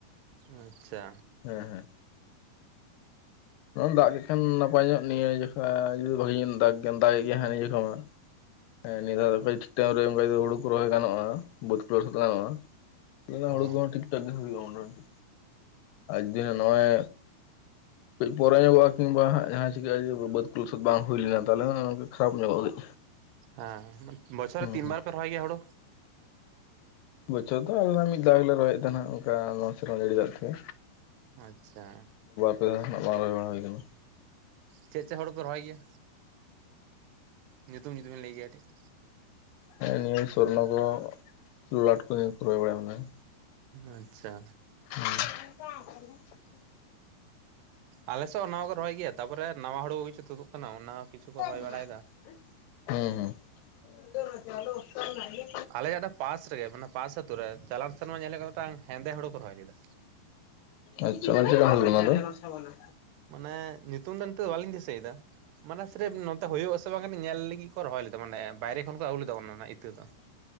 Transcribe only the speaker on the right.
ᱟᱪᱪᱷᱟ
ᱚ
ᱦᱮᱸ ᱵᱚᱪᱷᱚᱨᱮ
ᱛᱤᱱ
ᱵᱟᱨ ᱯᱮ ᱨᱚᱦᱚᱭ ᱜᱮᱭᱟ ᱦᱩᱲᱩ᱾
ᱟᱪᱪᱷᱟ
ᱪᱮᱫ ᱪᱮᱫ ᱦᱳᱲᱳ ᱯᱮ ᱨᱚᱦᱚᱭ ᱜᱮᱭᱟ? ᱧᱩᱛᱩᱢ ᱡᱩᱫᱤᱵᱤᱱ ᱞᱟᱹᱭ ᱠᱮᱭᱟ ᱠᱟᱹᱴᱤᱡ,
ᱟᱪᱪᱷᱟ
ᱟᱞᱮᱥᱮᱫ ᱚᱱᱟ ᱠᱚᱜᱮ ᱨᱚᱦᱚᱭ ᱜᱮᱭᱟ ᱛᱟᱯᱚᱨᱮ ᱱᱟᱣᱟ ᱦᱩᱲᱩ ᱦᱩᱭᱛᱩ ᱛᱩᱫᱩᱜ ᱠᱟᱱᱟ ᱚᱱᱟ
ᱠᱤᱪᱷᱩ ᱠᱚ ᱨᱚᱦᱚᱭ ᱵᱟᱲᱟᱭᱮᱫᱟ ᱟᱞᱮᱭᱟᱜ ᱚᱱᱟ ᱯᱟᱥ ᱨᱮᱜᱮ ᱢᱟᱱᱮ ᱯᱟᱥ ᱟᱹᱛᱩᱳ ᱨᱮ ᱪᱟᱞᱟᱱ ᱥᱮᱨᱢᱟ ᱧᱮᱞ ᱞᱮᱫᱟ ᱢᱤᱫᱴᱟᱝ ᱦᱮᱸᱫᱮ ᱦᱳᱲᱩ ᱠᱚ ᱨᱚᱦᱚᱭ ᱞᱮᱫᱟ᱾
ᱢᱟᱱᱮ ᱧᱩᱛᱩᱢ ᱫᱚ ᱱᱤᱛᱚᱜ ᱫᱚ ᱵᱟᱞᱤᱧ ᱫᱤᱥᱟᱹᱭᱮᱫᱟ ᱢᱟᱱ ᱥᱨᱮᱯ ᱱᱚᱛᱮ ᱦᱩᱭᱩᱜᱼᱟ ᱛᱚ ᱵᱟᱝ ᱧᱮᱞ ᱞᱟᱹᱜᱤᱫ ᱠᱚ ᱨᱚᱦᱚᱭ ᱞᱮᱫᱟ ᱢᱟᱱᱮ ᱵᱟᱭᱨᱮ ᱠᱷᱚᱱ ᱠᱚ ᱟᱹᱜᱩ ᱞᱮᱫᱟ ᱚᱱᱟ ᱨᱮᱱᱟᱜ ᱤᱛᱟᱹ ᱫᱚ᱾